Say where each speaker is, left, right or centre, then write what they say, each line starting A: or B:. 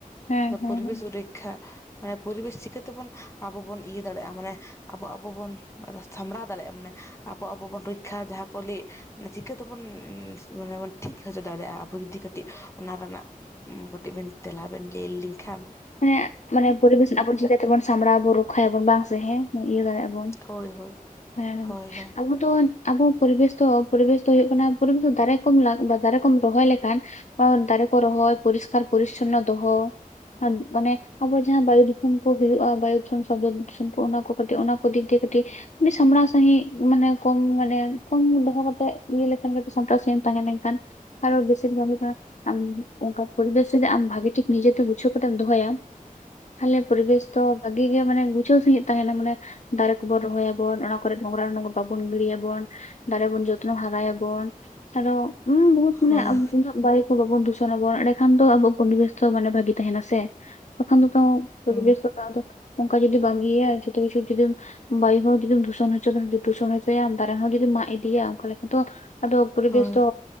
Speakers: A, on the left; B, on the left.
A: ᱦᱮᱸ ᱦᱮᱸ
B: ᱯᱚᱨᱤᱵᱮᱥ
A: ᱦᱮᱸ
B: ᱨᱮᱠᱷᱟᱼᱼ ᱢᱟᱱᱮ ᱯᱚᱨᱤᱵᱮᱥ ᱪᱤᱠᱟᱹ ᱛᱮᱵᱚᱱ ᱟᱵᱚ ᱵᱚᱱ ᱤᱭᱟᱹ ᱫᱟᱲᱮᱭᱟᱜ-ᱟ, ᱢᱟᱱᱮ ᱟᱵᱚ ᱟᱵᱚ ᱵᱚᱱ ᱥᱟᱢᱵᱽᱲᱟᱣ ᱫᱟᱲᱮᱭᱟᱜ-ᱟ ᱢᱟᱱᱮᱼᱼ ᱟᱵᱚ ᱟᱵᱚ ᱵᱚᱱ ᱨᱮᱠᱠᱷᱟ ᱡᱟᱦᱟᱸ ᱠᱚ ᱞᱟᱹᱭ, ᱪᱤᱠᱟᱹ ᱛᱮᱵᱚᱱᱻ ᱢᱟᱱᱮ ᱵᱚᱱ ᱴᱷᱤᱠ ᱦᱚᱪᱚ ᱫᱟᱲᱮᱭᱟᱜ-ᱟ ᱟᱵᱚ ᱡᱩᱫᱤ ᱠᱟᱹᱛᱼᱼ ᱴᱤᱡ ᱚᱱᱟ ᱨᱮᱱᱟᱜ ᱦᱩᱛᱤᱡ ᱵᱮᱱ ᱛᱮᱞᱟ ᱵᱮᱱ ᱞᱟᱹᱭ ᱟᱹᱞᱤᱧ ᱠᱷᱟᱱᱼᱼ
A: ᱦᱮᱸᱜ ᱢᱟᱱᱮ ᱯᱚᱨᱤᱵᱮᱥ ᱟᱵᱚ ᱪᱤᱠᱟᱹ ᱛᱮᱵᱚᱱ ᱥᱟᱢᱵᱽᱲᱟ ᱟᱵᱚᱱ ᱨᱚᱠᱠᱷᱟᱭ ᱟᱵᱚᱱ ᱵᱟᱝ ᱥᱮ ᱦᱮᱸ ᱾ ᱤᱭᱟᱹ ᱫᱟᱲᱮᱭᱟᱜ-ᱟ ᱵᱚᱱ,
B: ᱦᱳᱭ ᱦᱳᱭ
A: ᱦᱮᱸ
B: ᱦᱳᱭ ᱦᱳᱭ
A: ᱟᱵᱚᱼᱼ ᱫᱚ ᱟᱵᱚ ᱯᱚᱨᱤᱵᱮᱥ ᱫᱚ ᱯᱚᱨᱤᱵᱮᱥ ᱫᱚ ᱦᱩᱭᱩᱜ ᱠᱟᱱᱟ ᱯᱚᱨᱤᱵᱮᱥ ᱫᱚ ᱫᱟᱨᱮ ᱠᱚᱢ ᱞᱟᱠ, ᱫᱟᱨᱮ ᱠᱚᱢ ᱨᱚᱦᱚᱭ ᱞᱮᱠᱷᱟᱱᱼᱼ ᱚ ᱫᱟᱨᱮ ᱠᱚ ᱨᱚᱦᱚᱭ, ᱯᱚᱨᱤᱥᱠᱟᱨ ᱯᱚᱨᱤᱪᱪᱷᱚᱱᱱᱚ ᱫᱚᱦᱚ ᱾ ᱟᱫ ᱢᱟᱱᱮ ᱟᱵᱚ ᱡᱟᱦᱟᱸ ᱵᱟᱭᱩ ᱫᱷᱩᱥᱚᱱ ᱠᱚ ᱦᱩᱭᱩᱜ-ᱟ, ᱵᱟᱭᱩ ᱫᱷᱚᱱ ᱥᱚᱵᱽᱫᱚ ᱫᱷᱩᱥᱚᱱ ᱠᱚ ᱚᱱᱟ ᱠᱚ ᱠᱟᱹᱴᱤᱡ, ᱚᱱᱟ ᱠᱚ ᱫᱤᱠ ᱫᱤᱭᱮ ᱠᱟᱹᱴᱤᱡᱼᱼ ᱟᱹᱰᱤ ᱥᱟᱢᱲᱟᱣ ᱥᱟᱺᱦᱤᱡ ᱢᱟᱱᱮ ᱯᱷᱚᱢ ᱢᱟᱱᱮ ᱯᱷᱚᱢ ᱫᱚᱦᱚ ᱠᱟᱛᱮᱜ ᱤᱭᱟᱹ ᱞᱮᱠᱷᱟᱱ ᱜᱮ ᱥᱟᱢᱴᱟᱣ ᱥᱟᱺᱦᱤᱡ ᱮᱢ ᱛᱟᱦᱮᱸ ᱞᱮᱱᱠᱷᱟᱱᱼᱼ ᱟᱨᱚ ᱵᱮᱥᱤᱨ ᱵᱷᱟᱜᱽ ᱦᱩᱭᱩᱜ ᱠᱟᱱᱟ ᱟᱢ ᱚᱱᱠᱟ ᱯᱚᱨᱤᱵᱮᱥ ᱨᱮ ᱟᱢ ᱵᱷᱟᱜᱮ ᱴᱷᱤᱠ ᱱᱤᱡᱮ ᱛᱮ ᱵᱩᱡᱽᱼᱼ ᱥᱩᱠᱷ ᱨᱮᱢ ᱫᱚᱦᱚᱭᱟ, ᱛᱟᱦᱚᱞᱮ ᱯᱚᱨᱤᱵᱮᱥ ᱫᱚᱼᱼ ᱵᱷᱟᱜᱤ ᱜᱮ ᱢᱟᱱᱮ ᱜᱩᱪᱷᱟᱹᱣ ᱥᱟᱺᱦᱤᱡ ᱛᱟᱦᱮᱱᱟ ᱢᱟᱱᱮ, ᱫᱟᱨᱮ ᱠᱚ ᱵᱚᱱ ᱨᱚᱦᱚᱭ ᱟᱵᱚᱱ ᱚᱱᱟ ᱠᱚᱨᱮᱜ ᱱᱚᱝᱨᱟ ᱠᱚ ᱵᱟᱵᱚᱱ ᱜᱤᱲᱤᱭᱟ ᱵᱚᱱ ᱾ ᱫᱟᱨᱮ ᱵᱚᱱ ᱡᱚᱛᱱᱚ ᱦᱟᱨᱟᱭᱟ ᱵᱚᱱ, ᱟᱨᱚᱼᱼ ᱦᱩᱸ ᱵᱩᱦᱩᱛ ᱢᱚᱱᱮ
B: ᱦᱳᱭ
A: ᱰᱟᱹᱭᱩ ᱠᱚ ᱵᱟᱵᱚᱱ ᱫᱩᱥᱚᱱ ᱟᱵᱚᱱ, ᱮᱸᱰᱮ ᱠᱷᱟᱱ ᱫᱚ ᱟᱵᱚ ᱯᱚᱨᱤᱵᱮᱥ ᱛᱚ ᱢᱟᱱᱮ ᱵᱷᱟᱹᱜᱤᱼᱼ ᱛᱟᱦᱮᱱᱟ ᱥᱮ, ᱛᱚᱠᱷᱟᱱ ᱫᱚ ᱛᱚ ᱯᱚᱨᱤᱵᱮᱥ
B: ᱦᱳᱭ
A: ᱫᱚ ᱵᱟᱝ ᱫᱚ ᱚᱱᱠᱟ ᱡᱩᱫᱤ ᱵᱟᱝ ᱤᱭᱟᱹᱭᱟ ᱡᱷᱚᱛᱚ ᱠᱤᱪᱷᱩ ᱡᱩᱫᱤᱢᱼᱼ ᱵᱟᱭᱩ ᱦᱚᱸ ᱡᱩᱫᱤᱢ ᱫᱷᱩᱥᱚᱱ ᱦᱚᱪᱚ, ᱫᱷᱩᱥᱚᱱ ᱦᱚᱪᱚᱭᱟᱢ ᱫᱟᱨᱮ ᱦᱚᱸ ᱡᱩᱫᱤ ᱢᱟᱜ ᱤᱫᱤᱭᱟ ᱚᱱᱠᱟ ᱞᱮᱠᱟ ᱫᱚᱼᱼ ᱟᱫᱚ ᱯᱚᱨᱤᱵᱮᱥ
B: ᱦᱳᱭ
A: ᱫᱚ,